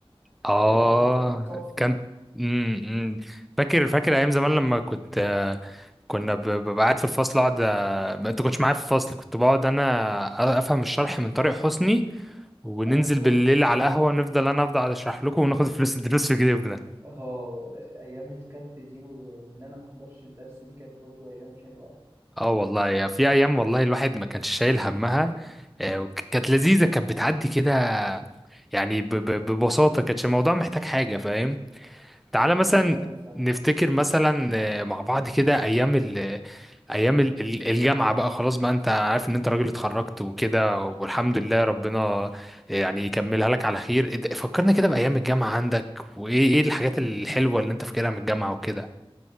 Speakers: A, in the centre; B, on the right (about 30°).
A: اه
B: لا لا كانت تحفة
A: كان امم امم. فاكر فاكر ايام زمان لما كنت آه، كنا ب- ببقى قاعد في الفصل اقعد آه، ما انت كنتش معايا في الفصل كنت بقعد انا افهم الشرح من طارق حسني وننزل
B: أيوه
A: بالليل على القهوه ونفضل انا افضل اشرح لكم وناخد فلوس الدروس في جيبنا
B: اه أيام الكت دي و- وإن أنا محضرش الدرس دي كانت برضه أيام حلوة
A: اه والله يا في ايام والله الواحد ما كانش شايل همها آه، وكانت لذيذه كانت بتعدي كده يعني ب- ب- ببساطه كانتش الموضوع محتاج حاجه فاهم
B: كانت
A: تعالى
B: لذيذة
A: مثلا
B: أوي فعلا
A: نفتكر مثلا آه، مع بعض كده ايام ال ايام ال- ال- الجامعه بقى خلاص بقى انت عارف ان انت راجل اتخرجت وكده والحمد لله ربنا آه، يعني يكملها لك على خير إد- فكرنا كده بايام الجامعه عندك وايه ايه الحاجات الحلوه اللي انت فاكرها من الجامعه وكده